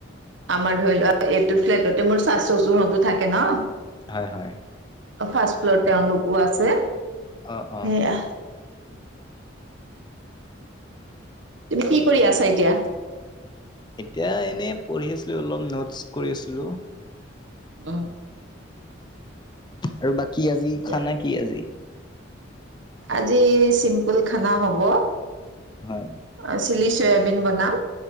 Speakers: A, on the right; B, on the left.
A: আমাৰ ধৰি লোৱা এইটো ফ্লেটতে মোৰ চা চচুৰ হঁতো থাকে ন
B: হয় হয়
A: ফাৰ্ষ্ট ফ্লৰ তেওঁলোকো আছে
B: অ অ
A: সেয়া তুমি কি কৰি আছা এতিয়া
B: এতিয়া এনেই পঢ়ি আছিলো অলপ নোটছ কৰি আছিলো
A: অ
B: আৰু বাকী আজি
A: দিয়া
B: খানা কি আজি
A: আজি চিম্পুল খানা হ'ব
B: হয়
A: অ চিলি চয়াবিন বনাম